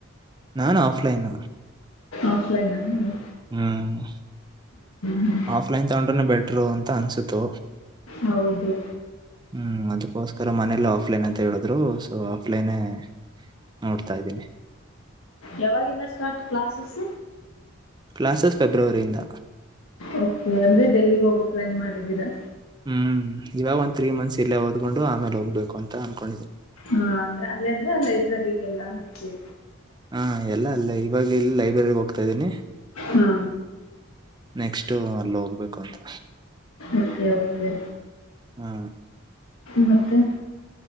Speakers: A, on the right; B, on the left.
A: ನಾನು ಆಫ್ಲೈನ್.
B: ಆಫ್ಲೈನ್ ನಾ.
A: ಹ್ಮ್
B: ಹ್ಮ್
A: ಆಫ್ಲೈನ್ ತಗೊಂಡ್ರ ಬೆಟ್ ಬೆಟ್ರೂ ಅಂತ ಅನ್ಸತು.
B: ಹೌದು
A: ಹ್ಮ್ ಅದುಕೋಸ್ ತರ ಮನೆಯಲ್ಲ ಆಫ್ಲೈನ್ ಅಂತ ಹೇಳಿದ್ರು ಸೊ ಆಫ್ಲೈನೆ ನೋಡ್ತಾ ಇದ್ದೀನಿ
B: ಯಾವಾಗಿಂದ ಸ್ಟಾರ್ಟ್ ಕ್ಲಾಸಸ್
A: ಕ್ಲಾಸಸ್ ಫೆಬ್ರವರಿಯಿಂದ
B: ಓಕೆ ಅಂದ್ರೆ ಡೆಲ್ಲಿಗೆ ಹೋಗೋ ಪ್ಲಾನ್ ಮಾಡಿದ್ದೀರಾ
A: ಹ್ಮ್ ಇವಾಗಂತ ತ್ರೀ ಮಂತ್ಸ್ ಇಲ್ಲೇಓದ್ೊಂಡು ಆಮೇಲೆ ಹೋಗ್ಬೇಕು ಅಂತ ಅನ್ಕೊಂಡಿದೆ
B: ಹಾ ಅಂದ್ರೆ ಅಲ್ಲ ಅಂದ್ರೆ ಲೈಬ್ರರಿಗೆಲ್ಲಾ ಹಚ್ಚಿ
A: ಹಾ ಎಲ್ಲ ಅಲ್ಲ ಈ ಇವಾಗ ಇಲ್ಲ <unintelligible> ಲೈಬ್ರರಿ ಹೋಗ್ತಾ ಇದ್ದೀನಿ
B: ಹಾ
A: ನೆಕ್ಸ್ಟ್ ಅಲ್ಲಿ ಹೋಗ್ಬೇಕು ಅಂತ
B: ಓಕೆ ಓಕೆ
A: ಹ್ಮ
B: ಮತ್ತೆ